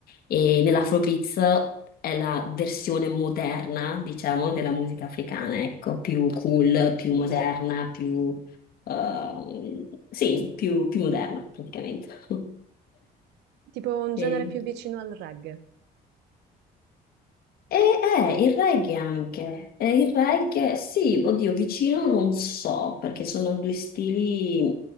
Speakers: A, on the left; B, on the right.
A: e nell'Afrobeats è la versione moderna, diciamo, della musica africana, ecco, più cool, più moderna, più, eh, sì, più, più moderna praticamente. <laughs>
B: Tipo un genere
A: E-
B: più vicino al reggae.
A: e eh, il reggae anche, Eh, il reggae sì, oddio, vicino non so, perché sono due stili